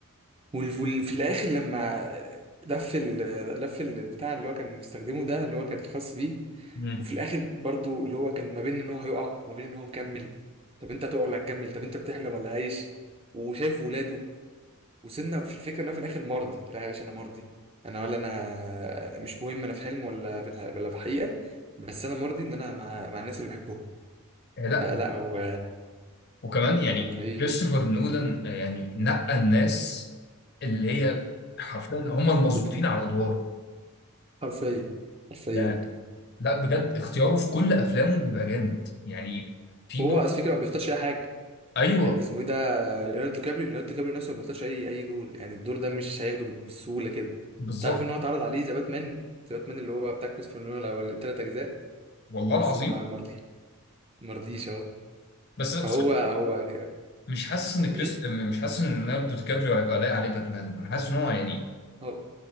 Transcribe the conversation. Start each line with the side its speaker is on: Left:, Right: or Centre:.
Right: وال... وال... في الاخر لما لف ال... لف البتاع اللي هو كان بيستخدمه ده اللي هو كان الخاص بيه
Left: مم.
Right: وفي الاخر برضو اللي هو كان ما بين ان هو هيقع وما بين ان هو مكمل طب انت هتقع ولا هتكمل طب انت بتحلم ولا عايش وشايف ولاده وصلنا في الفكره ان انا في الاخر مرضي لا يا باشا انا مرضي انا ولا انا مش مهم انا في حلم ولا في الح... ولا في حقيقه بس انا مرضي ان انا مع مع الناس اللي بحبهم
Left: آه، لا
Right: فلا هو
Left: وكمان يعني
Right: كان رهيب
Left: كريستوفر نولان آه، يعني نقى الناس اللي هي حرفيا هم المظبوطين
Right: <laughs>
Left: على الادوار
Right: حرفيا حرفيا
Left: يعني لا بجد اختياره في كل افلامه بيبقى جامد يعني في
Right: وهو
Left: برضه
Right: على فكره ما بيختارش اي حاجه
Left: ايوه
Right: كان اسمه ايه ده ليوناردو كابريو ليوناردو كابريو نفسه ما بيختارش اي اي دور يعني الدور ده مش هياخده بالسهوله كده
Left: بالظبط
Right: تعرف ان هو اتعرض عليه ذا باتمان ذا باتمان اللي هو بتاع كريستوفر نولان الاول الثلاث اجزاء
Left: والله
Right: بس
Left: العظيم
Right: ما ما مرضيش مرضيش اهو
Left: بس أنا
Right: فهو
Left: بصراحة
Right: هو
Left: مش حاسس ان
Right: ايه
Left: كريست مش حاسس ان ليوناردو دي كابريو هيبقى لايق عليه باتمان انا حاسس ان هو يعني
Right: هو